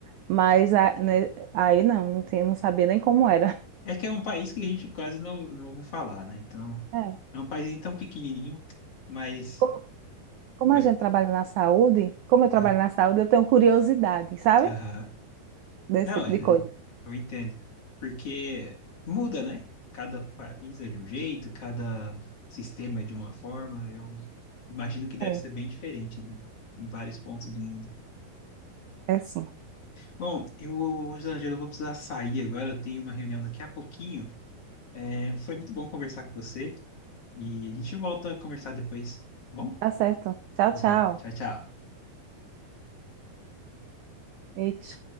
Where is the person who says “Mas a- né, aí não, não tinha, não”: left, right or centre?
Right